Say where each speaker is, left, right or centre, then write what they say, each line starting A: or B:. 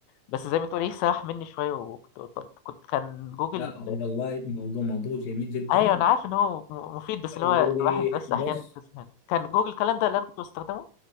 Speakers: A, on the left (about 85°); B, on the left (about 65°).
A: بس زي ما تقول ايه سرح مني شويه وكنت بطلت كنت كان جوجل
B: لا هو والله موضوع موضوع جميل جدا
A: ايوه انا عارف ان هو م- مفيد بس اللي
B: وبص
A: هو الواحد بس احيانا بتزهق كان جوجل كالندر اللي انا كنت بستخدمه